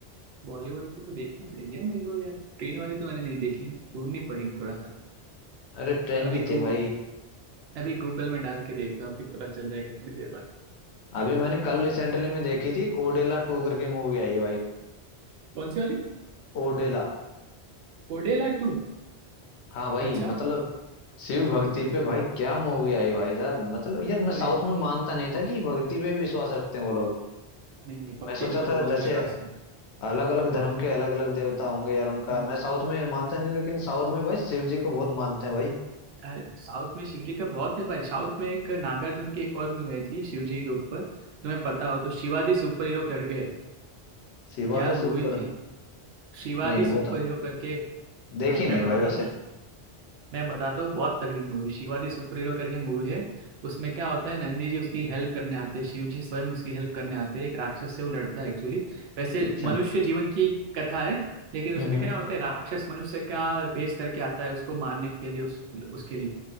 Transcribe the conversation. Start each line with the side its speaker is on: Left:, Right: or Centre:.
Right: बॉलीवुड की तो देखनी पड़ेगी यार मेरे को यार ट्रेन वाली तो मैंने नहीं देखी ढूंढनी पड़ेगी थोड़ा सा
Left: अरे ट्रेन
Right: अभी
Left: की
Right: गूग
Left: थी भाई
Right: अभी गूगल में डाल के देखता हूँ फिर पता चल जाएगा थोड़ी देर बाद
Left: अभी मैंने कल रिसेंटली में देखी थी एक ओडेला टू करके मूवी आई है भाई
Right: कौन सी वाली
Left: ओडेला
Right: ओडेला टू
Left: हाँ भाई
Right: अच्छा
Left: मतलब शिव भक्ति पे भाई क्या मूवी आई भाई साहब मतलब यार मैं
Right: अरे
Left: साउथ में मानता नहीं था कि भक्ति पे भी विश्वास रखते हैं वो लोग
Right: नहीं नहीं भक्ति
Left: मैं सोचा
Right: पे तो
Left: था
Right: बहुत
Left: जैसे
Right: विश्वास है
Left: अलग अलग धर्म के अलग अलग देवता होंगे यार उनका
Right: हम्म,
Left: मैं साउथ में मानता नहीं लेकिन साउथ में भाई शिव जी को बहुत मानते हैं भाई
Right: अरे साउथ में शिवजी का बहुत है भाई साउथ में एक नागार्जुन की एक और मूवी आई थी शिवजी के ऊपर तुम्हें पता हो तो शिवाजी सुपर हीरो करके है
Left: शिवादा
Right: क्या मूवी
Left: सुपर
Right: थी शिवाजी
Left: नहीं
Right: सुपर
Left: वो तो
Right: हीरो करके
Left: देखी
Right: हाँ मैं
Left: नहीं
Right: बताता
Left: भाई वैसे
Right: हूँ मैं बताता हूँ बहुत तगड़ी movie Shiva the superhero करके मूवी है उसमें क्या होता है नंदी जी उसकी हेल्प करने आते हैं शिव जी स्वयं उसकी हेल्प करने आते हैं एक राक्षस से वो लड़ता है एक्चुअली वैसे
Left: अच्छा
Right: मनुष्य जीवन की कथा है लेकिन
Left: हम्म
Right: उसमें
Left: हम्म
Right: क्या होता है राक्षस मनुष्य का भेष करके आता है उसको मारने के लिए उस, उसके लिए